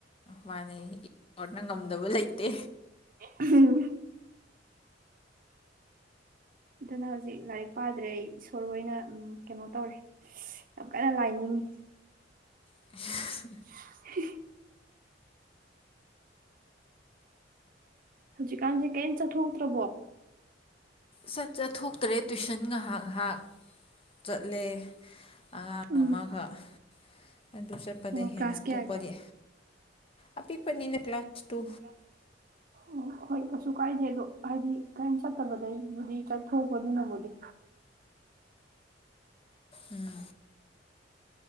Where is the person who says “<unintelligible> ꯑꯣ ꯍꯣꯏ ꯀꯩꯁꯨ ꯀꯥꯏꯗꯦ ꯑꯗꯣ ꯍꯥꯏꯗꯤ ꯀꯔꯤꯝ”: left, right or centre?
Right